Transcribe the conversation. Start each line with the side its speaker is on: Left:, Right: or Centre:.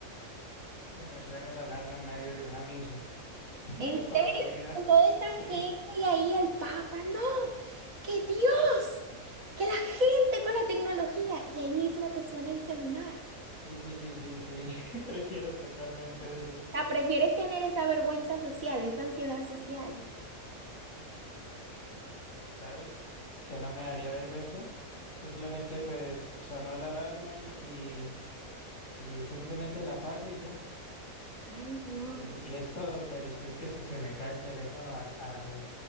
Left: que me suene la alarma en medio de una misa <laughs>
Right: ¿En serio?
Left: toda la vida.
Right: Con toda esa
Left: Sí,
Right: gente y ahí el Papa. No, que Dios, que la gente con la tecnología y ahí mismo te suena el celular.
Left: sí, sí, sí, sí, sí, <laughs> prefiero totalmente eso,
Right: sea, prefieres tener esa vergüenza social, esa ansiedad social.
Left: ¿sabes? Que no me daría vergüenza. Simplemente pues sonó la alarma y, y, y simplemente la apago y ya.
Right: Ay, Dios.
Left: Y, y es todo, pero si es que si se me cae el teléfono al, al,